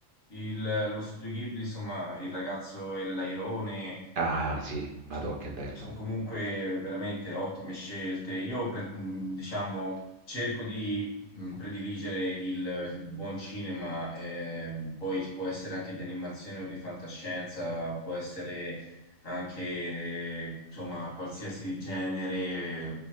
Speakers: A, on the left (about 75°); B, on the right (about 50°).
A: il- lo studio Ghibli, insomma, il ragazzo e l'airone
B: Ah, sì, madò
A: sono
B: che bello.
A: comunque veramente ottime scelte. Io, pre- mh, diciamo, cerco di mh, prediligere il, il buon cinema, ehm, poi può essere anche di animazione o di fantascienza, può essere anche, insomma, qualsiasi genere.